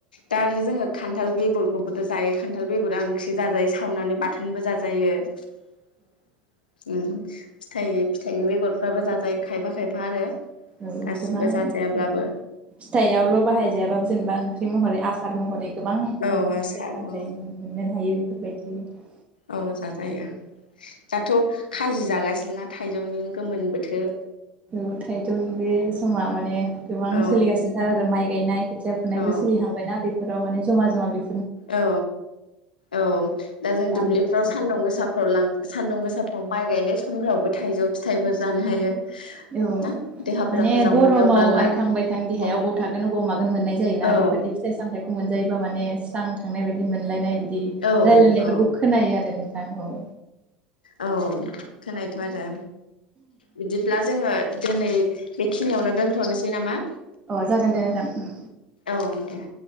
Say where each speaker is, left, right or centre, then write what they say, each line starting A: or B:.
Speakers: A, on the left (about 85°); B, on the right (about 25°).
A: दा जोङो खान्थाल बेगल खौबोथ' जायो खान्थाल बेगरा ओंख्रि जाजायो सावनानै बाथोनबो जाजायो नोगौ फिथाइ फिथाइनि बेगर फ्राबो जाजायो खायफा खायफा आरो।
B: औ
A: गासिबो
B: गोबां
A: जाजायाब्लाबो
B: औ फिथायाइआवल' बाहायजायाबाबो जेनेबा ओं ख्रि महरै आसार महरै गोबां माने
A: औ आसार
B: फिथाइ सामथाइ
A: औ
B: मोननो हायो बेफोरबायदि। बे
A: औ जाजायो दाथ'। खाजि जागासिनोना थाइजौनि गोमोन बोथोर
B: औ थाइजौनि निबे समा मा ने गोबां
A: औ
B: सोलिगासिनोथार आरो माइ गायनाय खोथिया फुनायबो
A: औ
B: सोलिहांबायना बे फोराव माने जमा जमा बे
A: औ औ दा जों
B: गामि
A: दुब्लिफ्राव
B: ओनसोलावहाय
A: सान्दुं गोसाफ्राव लां सान्दुं गोसा माइ गायनाय समफ्रावबो थाइजौ फिथाइफोर जानो हायो।
B: औ
A: ना देहाफोरा
B: माने
A: मोजां
B: गरमाव
A: मोनो अब्लाना
B: आइखां बायखां देहाया
A: औ
B: अबाव थागोन अबाव मागोन मोननाय जायोना
A: औ
B: बेफोरदि फिथाइ सामथाइखौ मोनजायोबा माने जां थांनाय बायदि मोनलायनाय बि दि
A: औ
B: रायलायनायफोरखौ
A: औ
B: खोनायो आरो नोंथां औ।
A: औ खोनायोथ' आरो। बिदिब्ला जोङो दोनै बेखिनियावनो दोनथ'नोसै नामा?
B: अ जागोन दे नोंथां
A: औ दे।